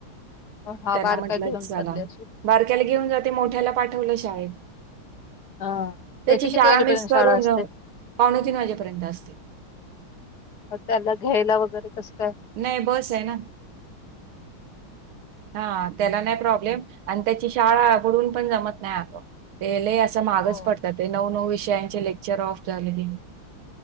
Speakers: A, on the left; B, on the right.
A: हा
B: त्यांना
A: बारका
B: म्हंटलं
A: घेऊन
B: चला.
A: चालले असेल
B: बारक्याला घेऊन जाते मोठ्याला पाठवलंय शाळेत.
A: हा
B: त्याची
A: किती
B: शाळा
A: वाजेपर्यंत
B: मिस करून
A: शाळा असते
B: पावणे तीन वाजेपर्यंत असते.
A: मग त्याला घ्यायला वगैरे कसं काय?
B: नाही बस आहे ना. हा त्याला नाही प्रॉब्लेम आणि त्याची शाळा बुडून पण जमत नाही अगं ते लय अस मागच
A: हो
B: पडत ते नऊ नऊ विषयांचे लेक्चर ऑफ झाले कि.